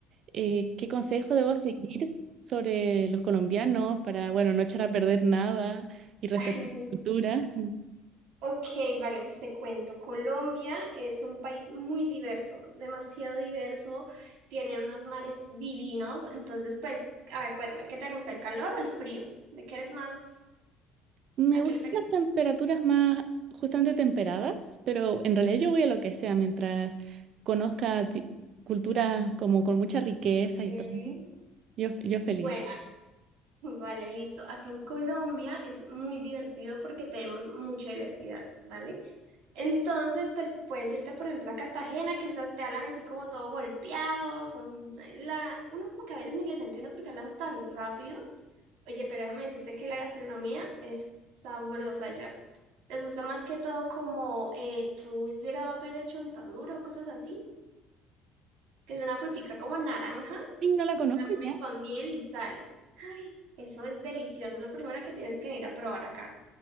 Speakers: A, on the right; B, on the right.
A: eh, qué consejo debo seguir sobre los colombianos para, bueno, no echar a perder nada y respetar
B: Ay,
A: su
B: no.
A: cultura. <laughs>
B: Ok, vale, pues te cuento. Colombia es un país muy diverso, demasiado diverso, tiene unos mares divinos, entonces, pues, a ver, cuéntame, ¿qué te gusta, el calor o el frío? ¿De qué eres más?
A: Me
B: ¿A
A: gustan
B: qué le pegas?
A: las temperaturas más justamente temperadas, pero en realidad yo voy a lo que sea mientras conozca di- culturas como con mucha riqueza
B: Ok.
A: y todo. Yo, yo feliz.
B: Bueno, Vale, listo. Acá en Colombia es muy divertido porque tenemos mucha diversidad, ¿vale? Entonces, pues puedes irte, por ejemplo, a Cartagena, que esas te hablan así como todo golpeado, son eh, la... uno como que a veces ni les entiende porque hablan tan rápido. Oye, pero déjame decirte que la gastronomía es sabrosa allá Les gusta más que todo como eh, tú has llegado a ver el chontaduro o cosas así, que es una frutica como naranja
A: Ay, no la conozco
B: la comen
A: ya.
B: con miel y sal. Ay, eso es delicioso. Lo primero que tienes que ir a probar acá.